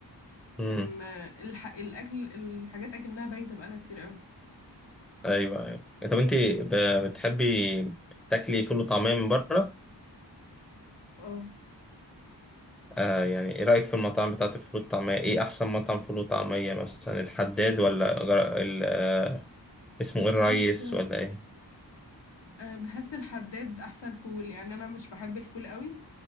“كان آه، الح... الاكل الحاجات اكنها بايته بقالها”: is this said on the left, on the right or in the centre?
Left